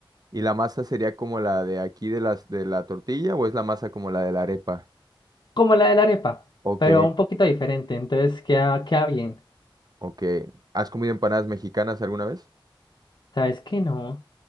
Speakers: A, on the right (about 45°); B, on the left (about 55°).
A: ¿Y la masa sería como la de aquí de las de la tortilla o es la masa como la de la arepa?
B: como la de la arepa,
A: Ok,
B: pero un poquito diferente, entonces queda, queda bien.
A: Ok. ¿Has comido empanadas mexicanas alguna vez?
B: ¿Sabes qué no?